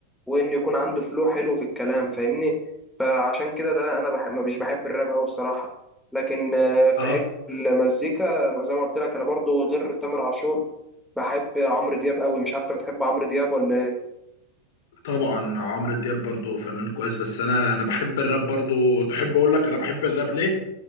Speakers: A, in the centre; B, on the left.
A: وان يكون عنده فلو حلو في الكلام فاهمني فعشان كده ده انا بح... مش بحب الراب قوي بصراحه لكن آه، في
B: اه
A: حته المزيكا زي ما قلت لك انا برضو غير تامر عاشور بحب عمرو دياب قوي مش عارف انت بتحب عمرو دياب ولا ايه
B: طبعا عمرو دياب برضه فنان كويس بس انا انا بحب الراب برضه تحب اقول لك انا بحب الراب ليه